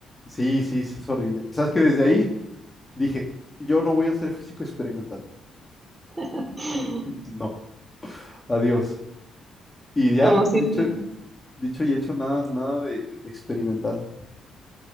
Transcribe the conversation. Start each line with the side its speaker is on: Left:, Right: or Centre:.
Left: sí, sí, sí, es horrible. ¿Sabes que Desde ahí dije, yo no voy a ser físico experimental.
Right: <laughs>
Left: No. Adiós. Y ya,
Right: No, sí.
Left: dicho, dicho y hecho, nada, nada de, de experimental.